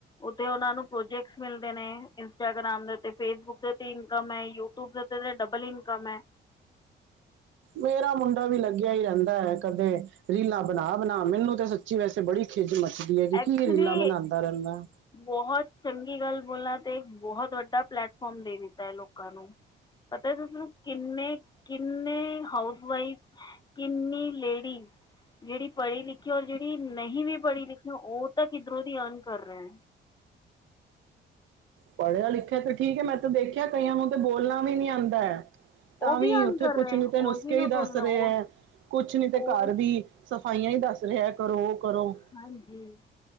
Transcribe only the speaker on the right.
ਮੇਰਾ ਮੁੰਡਾ ਵੀ ਲੱਗਿਆ ਹੀ ਰਹਿੰਦਾ ਹੈ ਕਦੇ, ਰੀਲਾਂ ਬਣਾ-ਬਣਾ ਮੈਨੂੰ ਤਾਂ ਸੱਚੀ ਵੈਸੇ ਬੜੀ ਖਿਝ ਮੱਚਦੀ ਹੈ ਕਿ
ਕੀ ਇਹ ਰੀਲਾਂ ਬਣਾਦਾ ਰਹਿੰਦਾ।
ਪੜ੍ਹਿਆ ਲਿਖਿਆ ਤੇ ਠੀਕ ਹੈ ਮੈਂ ਤੇ ਦੇਖਿਆ ਕਈਆਂ ਨੂੰ ਤੇ ਬੋਲਣਾ ਵੀ ਨੀ ਆਂਦਾ। ਤਾਂ
ਵੀ
ਉੱਥੇ
ਕੁਛ
ਨੀ ਤੇ ਨੁਸਖੇ
ਹੀ
ਦੱਸ ਰਹੇ
ਹੈ ਕੁਛ ਨੀ ਤੇ
ਘਰ ਵੀ ਸਫਾਈਆਂ ਹੀ ਦੱਸ ਰਿਹਾ ਕਰੋ ਉਹ ਕਰੋ।